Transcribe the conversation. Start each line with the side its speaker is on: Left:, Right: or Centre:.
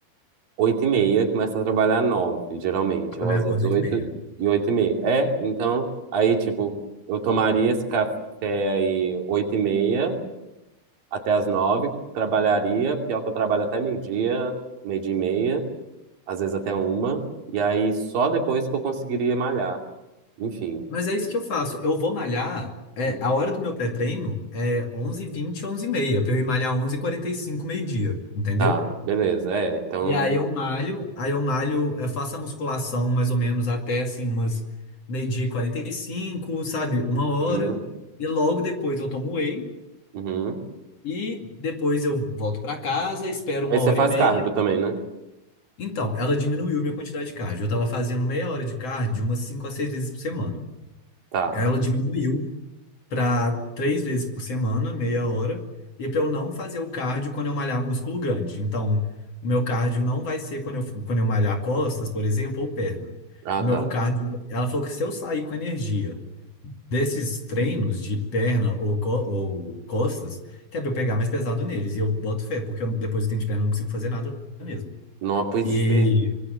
Right: Oito e meia, começa a trabalhar nove, geralmente,
Left: também
Right: ou às
Left: acordo
Right: vezes oito
Left: 8h30.
Right: e oito e meia. É, então, aí, tipo, eu tomaria esse café aí oito e meia até as nove, trabalharia, pior que eu trabalho até meio-dia, meio-dia e meia, às vezes até uma, e aí só depois que eu conseguiria malhar. Enfim,
Left: Mas é isso que eu faço, eu vou malhar, é,
Right: Hum.
Left: a hora do meu pré-treino é onze e vinte, onze e meia, para eu ir malhar onze e quarenta e cinco, meio-dia, entendeu?
Right: tá, beleza, é, então,
Left: E aí eu malho, aí eu malho, eu faço a musculação mais ou menos até assim umas meio-dia e quarenta e cinco sabe? Uma hora.
Right: uhum,
Left: E logo depois eu tomo whey
Right: uhum.
Left: e depois eu volto pra casa, espero uma
Right: Aí você
Left: hora
Right: faz
Left: e meia.
Right: cardio também, né?
Left: Então, ela diminuiu minha quantidade de cardio. Eu tava fazendo meia hora de cardio umas 5 a 6 vezes por semana.
Right: Tá,
Left: Ela diminuiu para três vezes por semana, meia hora, e para eu não fazer o cardio quando eu malhar músculo grande. Então, o meu cardio não vai ser quando eu, quando eu malhar costas, por exemplo, ou perna.
Right: ah,
Left: O
Right: tá.
Left: meu cardio, ela falou que se eu sair com energia desses treinos de perna ou, co- ou costas, que é pra eu pegar mais pesado neles, e eu boto fé, porque eu- depois do treino de perna eu não consigo fazer nada mesmo.
Right: Não, pois
Left: E,
Right: é,